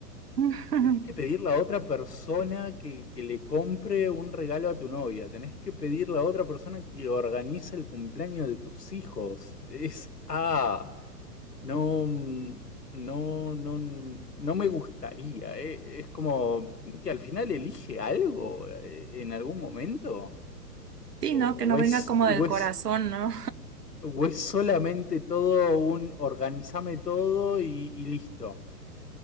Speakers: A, on the right; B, on the left.
A: <laughs>
B: Tenés que pedirle a otra persona que, que le compre un regalo a tu novia. Tenés que pedirle a otra persona que organice el cumpleaños de tus hijos. Es, ah, no, mm, no, no, no me gustaría. eh. Es como que al final elige algo eh, en algún momento.
A: Sí,
B: O,
A: ¿no? Que no
B: o es,
A: venga como del
B: o es,
A: corazón, ¿no?
B: o es solamente todo un organizame todo y, y listo.